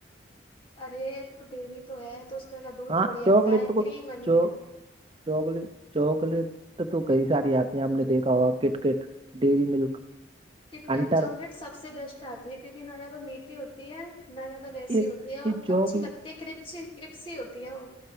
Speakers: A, on the left; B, on the right.
A: ارے تو ڈیری تو ہے تو اس میں کا دودھ
B: ہاں
A: تھوڑی
B: چاکلیٹ
A: آتا ہے
B: تو کو-
A: کریمنی
B: چو
A: ہے
B: چاکلیٹ چاکلیٹ تو کئی ساری آتی ہیں ہم نے دیکھا ہوا Kit Kat Dairy Milk
A: Kit Kat
B: انٹر
A: چاکلیٹ سب سے بیسٹ آتی ہے کیونکی نہ زیادہ میٹھی ہوتی ہے نہ زیادہ ویسی
B: یہ
A: ہوتی ہے اور
B: یہ چوک
A: اچھی لگتی ہے کرپس کرپسی ہوتی ہے وہ